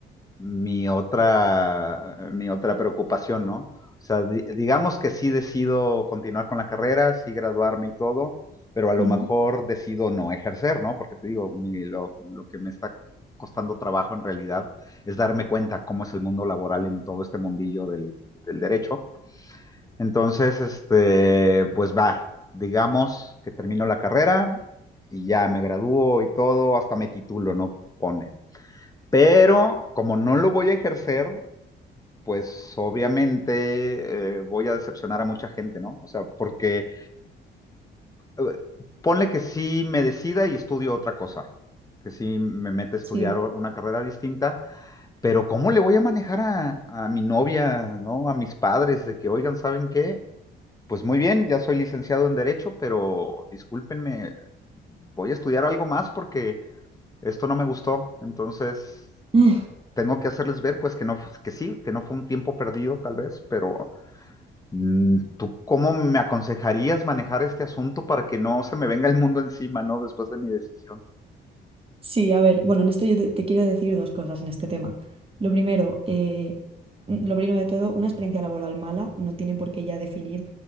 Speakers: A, on the left; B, on the right.
A: mi otra, mi otra preocupación, ¿no? O sea, di- digamos que sí decido continuar con la carrera, sí graduarme y todo, pero a lo
B: Mm, ujú,
A: mejor decido no ejercer, ¿no? Porque te digo, mi- lo, lo que me está costando trabajo en realidad es darme cuenta cómo es el mundo laboral en todo este mundillo del, del derecho. Entonces, este, pues va, digamos que termino la carrera y ya me gradúo y todo, hasta me titulo, ¿no? Pone. Pero como no lo voy a ejercer, pues obviamente eh, voy a decepcionar a mucha gente, ¿no? O sea, porque eh, ponle que sí me decida y estudio otra cosa, que sí me mete a estudiar
B: Sí.
A: una carrera distinta, pero ¿cómo le voy a manejar a, a mi novia, ¿no? A mis padres de que, oigan, ¿saben qué? Pues muy bien, ya soy licenciado en Derecho, pero discúlpenme, voy a estudiar algo más porque esto no me gustó, entonces
B: <laughs>
A: tengo que hacerles ver, pues, que no, fu- que sí, que no fue un tiempo perdido, tal vez, pero mm, ¿tú cómo me aconsejarías manejar este asunto para que no se me venga el mundo encima, ¿no? Después de mi decisión.
B: Sí, a ver, bueno, en esto yo te, te quiero decir dos cosas en este tema. Lo primero, eh, mm, lo primero de todo, una experiencia laboral mala no tiene por qué ya definir